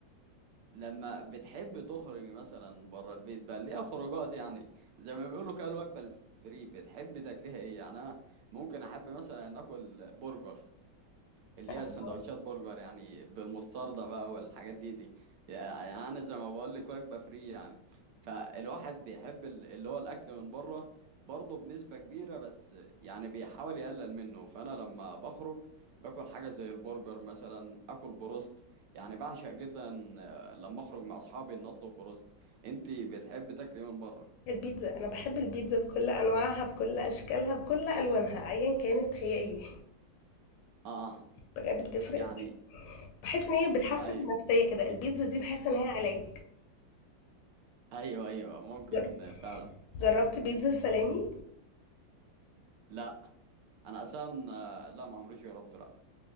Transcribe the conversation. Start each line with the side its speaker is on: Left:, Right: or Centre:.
Right: لما بتحب تخرج مثلا بره البيت بقى ليها خروجات يعني زي ما بيقولوا كده الوجبه الفري بتحب تاكليها ايه يعني انا ممكن احب مثلا ان اكل برجر اللي
Left: اتفضل
Right: هي سندوتشات برجر يعني بالمستردة بقى والحاجات دي دي يعني انا زي ما بقول لك وجبة فري يعني فالواحد بيحب ال- اللي هو الاكل من بره برضه بنسبة كبيرة بس يعني بيحاول يقلل منه فانا لما بخرج باكل حاجة زي البرجر مثلا اكل بروست يعني بعشق جدا آه، لما اخرج مع اصحابي ان اطلب بروست انت بتحب تاكلي من بره
Left: البيتزا انا بحب البيتزا بكل انواعها بكل اشكالها بكل الوانها ايا كانت هي ايه
Right: اه
Left: بجد بتفرق
Right: يعني
Left: بحس ان هي بتحسن
Right: ايوه
Left: النفسيه كده البيتزا دي بحس ان هي علاج
Right: ايوه ايوه ممكن
Left: جر-
Right: فعلا
Left: جربت بيتزا السلامي
Right: لا انا اصلا آه، لا ما عمريش جربته لا